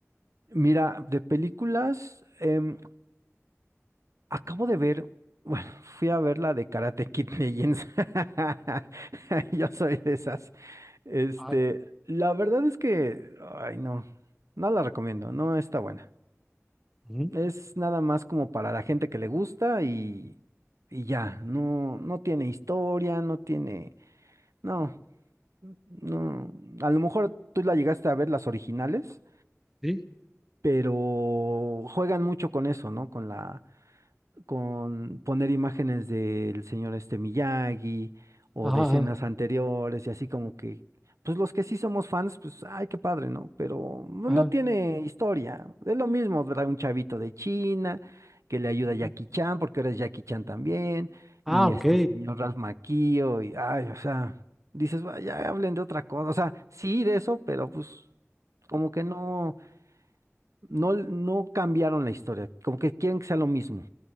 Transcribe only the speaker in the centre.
Ah,
ujú,
sí,
ajá,
ajá,
ajá,
ujú.
Ah,
ok.